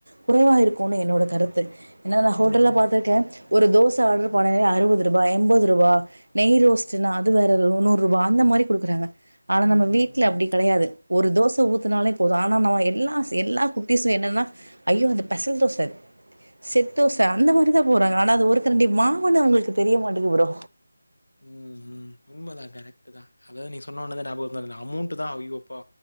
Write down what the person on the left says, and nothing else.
ம். ம்.
ம்.
ம். ம்.
ம் ம் உண்மைதான் கரெக்ட தான் அதாவது நீ சொன்ன உடனே ஞாபக அமௌண்ட் தான் ஐயோ அப்பா